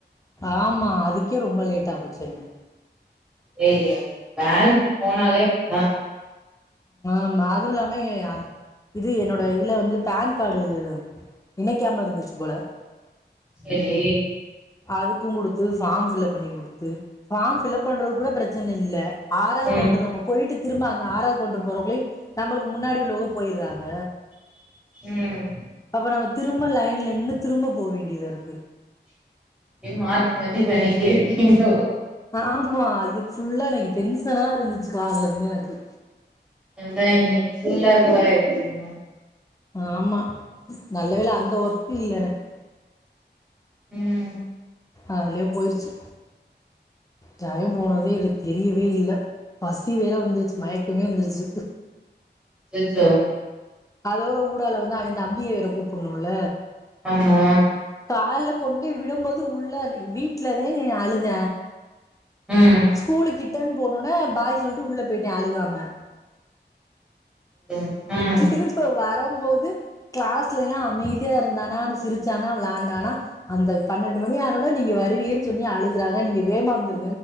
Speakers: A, on the left; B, in the centre.
A: ஆம்மா அதுக்கே ரொம்ப லேட் ஆ போச்சு எனக்
B: ஏய்ங்க பேங்க் போனாலே ஆ
A: ஆமா அதுவு இல்லாமே இது என்னோட இதுல வந்து பேன் கார்டு இணைக்காம இருந்துச்சு போல
B: செரி
A: அதுக்கு குடுத்து ஃபார்ம் ஃபில்லப் பண்ணி குடுத்து ஃபார்ம் ஃபில்ப் பண்ணுறது கூட பிரச்சன இல்ல ஆறாவது
B: ம்
A: கவுண்டர் நம்ம போயிட்டு திரும்ப அந்த ஆறாது வுண்டர் போறக்குள்ளயு நமளுக்கு முன்னாடி உள்ள ஒப் போயிறாங்க
B: ம் அப்டியே
A: அப்புற நம்ம திரும்ப லைன்ல நின்னு திரும்ப போ வேண்டியதா இருக்கு
B: ஏ மாத்தி மாத்தி பண்ணிட்டே இருக்கிங்களோ
A: ஆமா இது ஃபுல்லா எனக்கு டென்சனா இருந்துச்சு காலல இருந்து எனக்கு
B: அதா இன்க்கு வுல்லா இதுவாயிருமே
A: ஆம்மா நல்ல வேலை அந்த ஒர்க் இல்ல எனக்கு
B: உம்
A: அதுலயே போயிருச்சு டைம் போனதே எனக்கு தெரியவே இல்ல பசி வேற வந்துருச்சு மயக்கமே வந்துருச்சு
B: அச்சச்சோ
A: அதோட ஊடால வந்து அவன் தம்பிய வேற கூப்பிடணும்ல
B: ஆம்மா
A: கால்ல கொண்டு விடும்போது உள்ள நீ வீட்டுலதே நீ அழுத
B: ம்
A: ஸ்கூல் கிட் த்தன் போனும்ன பாய் சொல்லிட்டு உள்ள போயிட்டேன் அழுகாம
B: ம் ம்
A: திருப்ப வரம்போது கிளாஸ்ல எல்லாம் அமைதியா இருந்தானனு சிரிச்சானா விளையாண்டானா அந்த பன்னெண்டு மணி ஆனனா நீங்க வருவீன்னு சொல்லி அழுகறாங்க நீங்க வேமா வந்துரு <unintelligible>